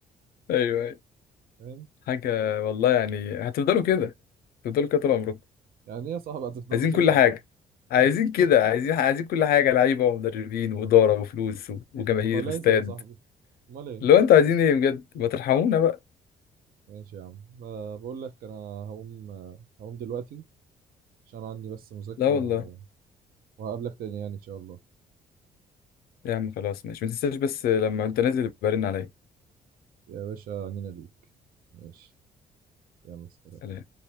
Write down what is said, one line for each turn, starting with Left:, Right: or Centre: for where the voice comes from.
Left: ايوه ايوه
Right: فاهم
Left: حاجه والله يعني هتفضلوا كده هتفضلوا كده طول عمركم
Right: يعني ايه يا صاحبي هتفضلوا
Left: عايزين
Right: كده
Left: كل حاجة
Right: يعني <laughs>
Left: عايزين كده عايزين عايزين كل حاجة لعيبة ومدربين وإدارة وفلوس و- وجماهير
Right: ما هو لازم
Left: واستاد
Right: يا صاحبي امال ايه
Left: لو انتوا عايزين ايه بجد ما ترحمونا بقى
Right: ماشي يا عم ب- بقول لك انا هقوم هقوم دلوقتي عشان عندي بس مذاكره
Left: لا والله
Right: و... وهقابلك تاني يعني ان شاء الله
Left: يا عم خلاص ماشي ما تنساش بس لما انت نازل يبقى رن عليا
Right: يا باشا عنينا ليك ماشي يلا سلام
Left: سلام